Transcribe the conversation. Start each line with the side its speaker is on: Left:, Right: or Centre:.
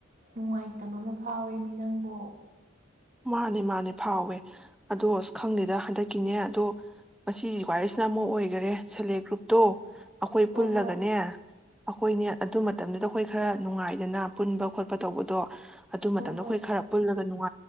Right: ꯅꯨꯡꯉꯥꯏꯇꯕ ꯑꯃ ꯐꯥꯎꯋꯦ ꯃꯤ ꯅꯪꯕꯨꯣ
Centre: ꯃꯥꯅꯦ ꯃꯥꯅꯦ ꯐꯥꯎꯋꯦ ꯑꯗꯣ ꯑꯁ ꯈꯪꯗꯦꯗ ꯍꯟꯗꯛꯀꯤꯅꯦ ꯑꯗꯣ ꯉꯁꯤꯒꯤ ꯋꯥꯔꯤꯁꯤꯅ ꯑꯃ ꯑꯣꯏꯒꯔꯦ ꯁꯦꯜꯂ‌ꯦꯞ ꯒ꯭ꯔꯨꯞꯇꯣ ꯑꯩꯈꯣꯏ
Right: ꯍꯣꯏ
Centre: ꯄꯨꯜꯂꯒꯅꯦ
Right: ꯍꯣꯏ
Centre: ꯑꯩꯈꯣꯏꯅꯦ ꯑꯗꯨ ꯃꯇꯝꯗꯨꯗ ꯑꯩꯈꯣꯏ ꯈꯔ ꯅꯨꯡꯉꯥꯏꯗꯅ ꯄꯨꯟꯕ ꯈꯣꯠꯄ ꯇꯧꯕꯗꯣ꯫ ꯑꯗꯨ ꯃꯇꯝꯗ
Right: ꯍꯣꯏ ꯍꯣꯏ
Centre: ꯑꯩꯈꯣꯏ ꯈꯔ ꯄꯨꯜꯂꯒ ꯅꯨꯡ